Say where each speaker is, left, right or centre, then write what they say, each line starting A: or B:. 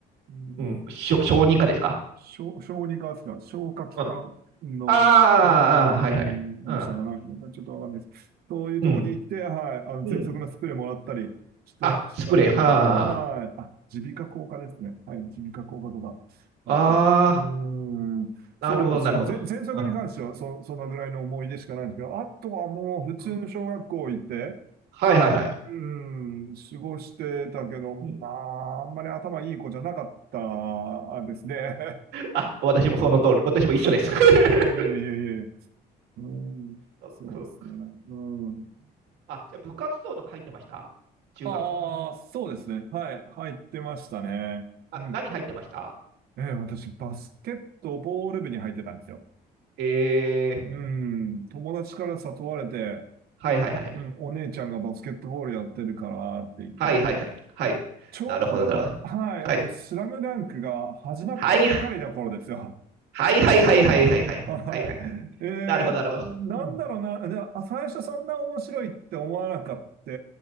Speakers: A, on the right; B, on the right.
A: うん、
B: うん。しょ小児科ですか
A: 小、小児科ですか、消化器官の、
B: うん。ああ、
A: うん、
B: あーはいはい。うん、
A: でしたかな、ちょっとわかんないです。そういうとこに行って、
B: うん、
A: はい、あの、
B: うん。
A: 喘息のスプレーもらったりして、
B: あ、
A: したところ、
B: スプレー。はあ、
A: はい、あ、耳鼻科口科ですね。はい、耳鼻科口科とか行って、
B: あ
A: うーん、そうですね。
B: あ、なるほど、なるほど。
A: ぜ、喘息に関しては、
B: うん、
A: そ、そんなぐらいの思い出しかないんですけど、あとはもう普通の小学校行って、
B: うんはいはいはい。
A: うん、過ごしてたけど、まあ、
B: うん
A: あんまり頭いい子じゃなかったですね。
B: あ、私もその通り、私も一緒です。
A: <laughs>
B: <laughs>
A: いやいやいやいやいや。うん、
B: そうそう
A: そうですね。うん。
B: あ、じゃあ部活動とか入ってました中学とか。
A: ああ、そうですね。はい、入ってましたね。
B: あ、
A: うん。
B: 何入ってました
A: えー、私、バスケットボール部に入ってたんですよ。
B: えー、
A: うん、友達から誘われて、
B: はいはいはい。
A: うん、お姉ちゃんがバスケットボールやってるからって言って。
B: はいはいはい。はい。
A: ちょうど、
B: なるほど、なるほど。
A: はい、
B: はい。
A: あの、スラムダンクが始まったばっかりの頃ですよ。
B: はい。はいはいはいはいはいはいはいはいはい。
A: <laughs> はい。えー、
B: なるほど、なるほど。
A: なんだろうな。
B: うん。
A: で、あ最初そんな面白いって思わなかった。